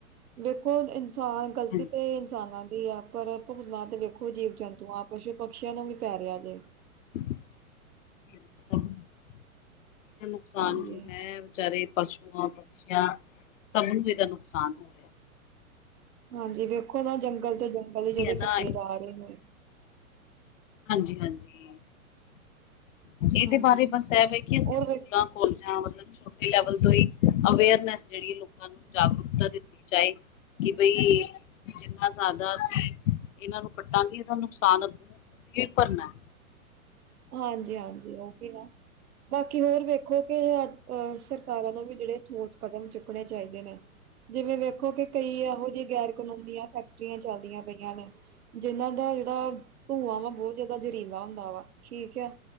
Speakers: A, on the right; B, on the left.
A: ਦੇੇਖੋ ਇਨਸਾਨ ਗ਼ਲਤੀ
B: ਹਾਂਜੀ
A: ਤੇ ਇਨਸਾਨਾਂ ਦੀ ਆ ਪਰ ਭੁਗਤਨਾ ਤੇ ਵੇਖੋ ਜੀਵ- ਜੰਤੂ ਆ ਪਸ਼ੂ- ਪਕਸ਼ੀਆਂ ਨੂੰ ਵੀ ਪੈ ਰਿਹਾ ਜੇ।
B: ਜੀ, ਜੀ ਸੱਭ ਇਹਦਾ ਨੁਕਸਾਨ
A: ਹਾਂਜੀ।
B: ਜੋ ਹੈ ਵਿਚਾਰੇ ਪਸੂਆਂ- ਪਛੀਂਆਂ ਸਭ ਨੂੰ ਇਹਦਾ ਨੁਕਸਾਨ ਹੋਇਆ।
A: ਹਾਂਜੀ। ਵੇਖੋ ਨਾ ਜੰਗਲ ਤੇ ਜੰਗਲ ਜਿਹੜੇ
B: ਹੈ ਨਾ
A: ਕੱਟੇ ਜਾ ਰਹੇ ਨੇ।
B: ਹਾਂਜੀ- ਹਾਂਜੀ ਇਹਦੇ
A: ਹਾਂਜੀ
B: ਬਾਰੇ ਬਸ ਇਹ ਕਿ ਅਸੀਂ
A: ਹੋਰ
B: ਸਕੂਲਾਂ
A: ਵੇਖੋ
B: ਕੋਲ ਮਤਲਬ ਛੋਟੇ ਲੈਵਲ ਤੋਂ ਹੀ ਅਵੇਅਰਨੈਸ ਜਿਹੜੀ ਲੋਕਾਂ ਨੂੰ ਜਾਗਰੂਕਤਾ ਦਿੱਤੀ ਜਾਏ। ਕਿ ਬਈ ਜਿੰਨਾ ਜ਼ਿਆਦਾ ਅਸੀਂ ਇਹਨਾਂ ਨੂੰ ਕੱਟਾਂਗੇ। ਇਹਦਾ ਨੁਕਸਾਨ ਭਰਨਾ
A: ਹਾਂਜੀ -ਹਾਂਜੀ ਉਹ ਵੀ ਨਾ ਬਾਕੀ ਹੋਰ ਵੇਖੋ ਕਿ ਅ ਅਹ ਸਰਕਾਰਾਂ ਨੂੰ ਵੀ ਜਿਹੜੇ ਸੋਚ ਕਦਮ ਚੁੱਕਣੇ ਚਾਹੀਦੇ ਨੇ ਜਿਵੇਂ ਵੇਖੋ ਕਿ ਕਈ ਇਹੋ ਜਿਹੇ ਗੈਰ ਕਾਨੂੰਨ ਦੀਆਂ ਫੈਕਟਰੀਆਂ ਚੱਲਦੀਆਂ ਪਈਆਂ ਨੇ ਜਿੰਹਨਾਂ ਦਾ ਜਿਹੜਾ ਧੂੰਆਂ ਵਾ ਬਹੁਤ ਜਿਆਦਾ ਜ਼ਹਿਰੀਲਾ ਹੁੰਦਾ ਵਾ ਠੀਕ ਹੈ